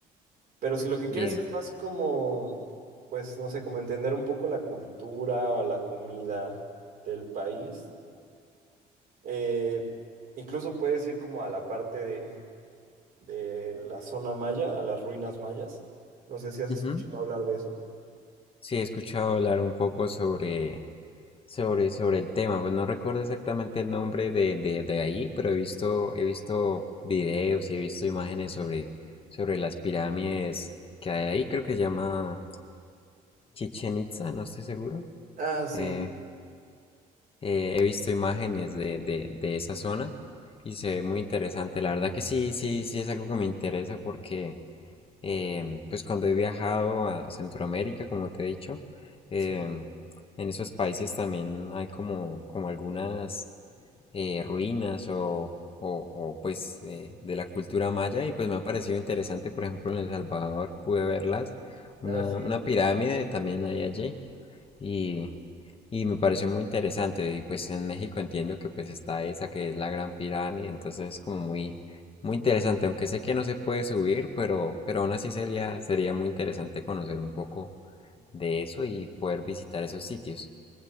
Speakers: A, on the right; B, on the left.
A: Pero si lo que quieres
B: Sí,
A: es más como, pues no sé, como entender un poco la cultura o la comida del país, eh, incluso puedes ir como a la parte de, de la zona maya, a las ruinas mayas. No sé si has
B: ujú.
A: escuchado hablar de eso.
B: Sí, he escuchado hablar un poco sobre, sobre, sobre el tema. Pues no recuerdo exactamente el nombre de, de, de ahí, pero he visto, he visto videos y he visto imágenes sobre, sobre las pirámides que hay ahí. Creo que se llama Chichen Itza, no estoy seguro.
A: Ah, sí,
B: Eh, Eh, he visto imágenes de, de, de esa zona y se ve muy interesante. La verdad que sí, sí, sí es algo que me interesa porque em, pues cuando he viajado a Centroamérica, como te he dicho, em,
A: Sí.
B: en esos países también hay como, como algunas eh, ruinas o, o- o, pues eh, de la cultura maya y pues me ha parecido interesante, por ejemplo, en El Salvador pude verlas, una,
A: Ah, sí.
B: una pirámide también hay allí y, y me pareció muy interesante y pues en México entiendo que pues está esa que es la Gran Pirámide, entonces es como muy, muy interesante, aunque sé que no se puede subir, pero, pero aún así sería, sería muy interesante conocer un poco de eso y poder visitar esos sitios.